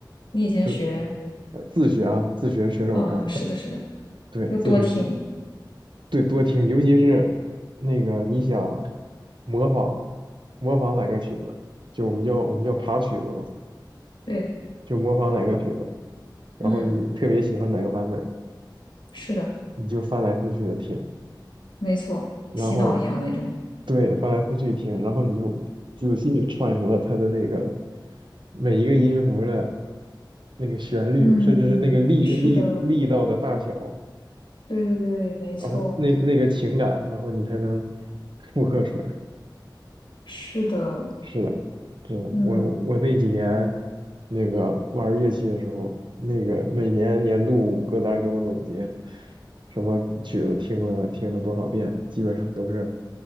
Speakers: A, on the left; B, on the right.
A: 你以前学，
B: 就呃自学啊，自学学着玩儿的，
A: 嗯嗯，是的，是的，
B: 对，
A: 要多听，
B: 自学学。对，多听，尤其是那个你想模仿模仿哪个曲子，就我们叫我们叫爬曲子吧，
A: 对，
B: 就模仿哪个曲子，然后你特别喜欢哪个版本，
A: 嗯，是的，
B: 你就翻来覆去的听，
A: 没错，
B: 然后
A: 洗脑一样那种，
B: 对翻来覆去听，然后你就仔细揣摩它的那个每一个音符的那个旋律，
A: 嗯，
B: 甚至是那个力力力道的大小，
A: 是的，对对对，没错，
B: 然后那那个情感，然后你才能复刻出来。
A: 是的，
B: 是的，真的，
A: 嗯，
B: 我我那几年那个玩乐器的时候，那个每年年度歌单给我总结，什么曲子听了听了多少遍，基本上都是